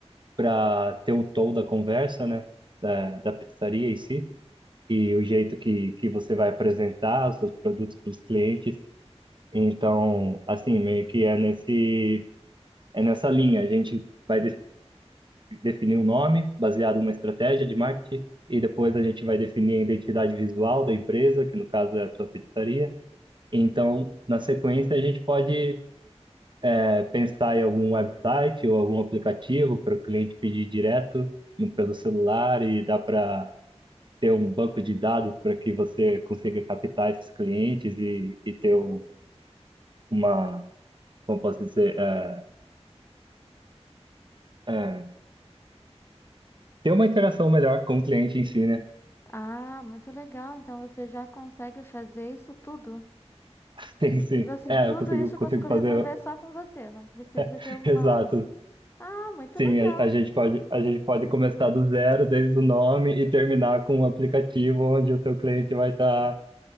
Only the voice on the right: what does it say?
para ter um tom da conversa, né? Da, da pizzaria em si, e o jeito que, que você vai apresentar os seus produtos para os clientes. Então, assim, meio que é nesse, é nessa linha. A gente vai definir um nome baseado numa estratégia de marketing e depois a gente vai definir a identidade visual da empresa, que no caso é a sua pizzaria. Então, na sequência, a gente pode é, pensar em algum website ou algum aplicativo para o cliente pedir direto pelo celular e dá para ter um banco de dados para que você consiga captar esses clientes e, e ter um- uma, como posso dizer, é, é, ter uma interação melhor com o cliente em si, né?
<laughs> Sim, sim.
É,
eu consigo,
consigo
fazer.
<laughs>
Exato,
Sim,
a, a gente pode, a gente pode começar do zero, desde o nome, e terminar com um aplicativo onde o seu cliente vai estar